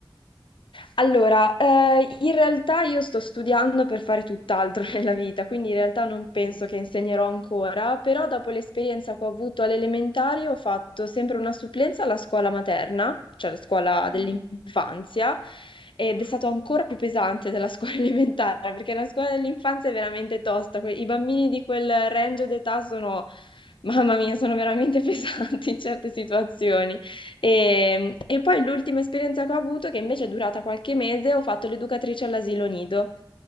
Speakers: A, on the left; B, on the right.
A: Allora, eh, in realtà io sto studiando per fare tutt'altro <laughs> nella vita, quindi in realtà non penso
B: Mm.
A: che insegnerò ancora, però dopo l'esperienza che ho avuto alle elementari ho fatto sempre una supplenza alla scuola materna, cioè la scuola
B: Mm.
A: dell'infanzia,
B: Mm?
A: ed è stato ancora più pesante della scuola <laughs> elementare, perché la scuola dell'infanzia è veramente tosta, que- i bambini di quel range d'età sono, mamma mia, sono veramente <laughs> pesanti in certe situazioni. E, e poi l'ultima esperienza che ho avuto, che invece è durata qualche mese, ho fatto l'educatrice all'asilo nido,